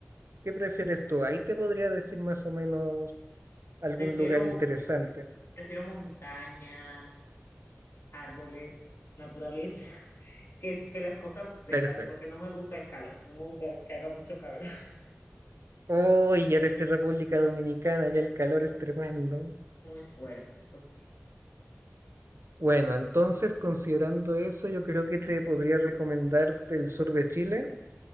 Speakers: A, on the right; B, on the left.
A: ¿Qué prefieres tú? Ahí te podría decir más o menos algún
B: Prefiero,
A: lugar interesante.
B: prefiero montaña, árboles, naturaleza, <laughs> que, es- que las cosas secas,
A: Perfecto.
B: porque no me gusta el calor, no me gusta que haga mucho calor, <laughs>
A: Uy, ya eres de República Dominicana, ya el calor es tremendo.
B: muy fuerte, eso sí,
A: Bueno, entonces considerando eso, yo creo que te podría recomendar el sur de Chile.